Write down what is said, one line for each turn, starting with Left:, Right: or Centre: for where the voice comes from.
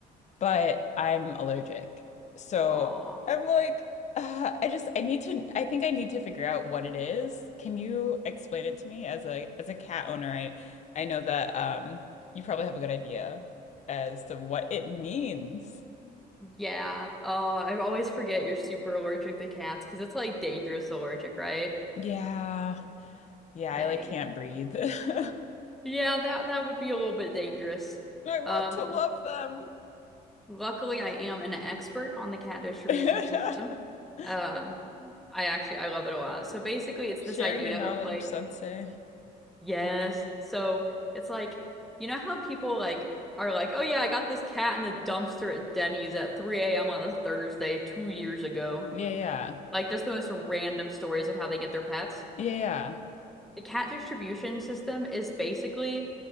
Left: but I'm allergic. So
Centre: Aw.
Left: I'm like, uh, I just I need to I think I need to figure out what it is. Can you explain it to me as a as a cat owner? I I know that um you probably have a good idea as to what it means.
Centre: Yeah. Oh, I always forget you're super allergic to cats because it's like dangerous allergic, right?
Left: Yeah. Yeah,
Centre: Dang.
Left: I like can't breathe. <laughs> I
Centre: Yeah, that that would be a little bit dangerous.
Left: want
Centre: Um,
Left: to love them.
Centre: luckily I am an expert on the cat distribution
Left: <laughs>
Centre: system. Um, I actually I love it a lot. So basically it's
Left: Share
Centre: this idea
Left: your knowledge,
Centre: of like,
Left: sensei.
Centre: yes. So it's like, you know how people like are like, oh yeah, I got this cat in the dumpster at Denny's at 3 a.m. on a Thursday two years ago.
Left: Yeah, yeah.
Centre: Like just the most random stories of how they get their pets
Left: Yeah,
Centre: the cat distribution system is basically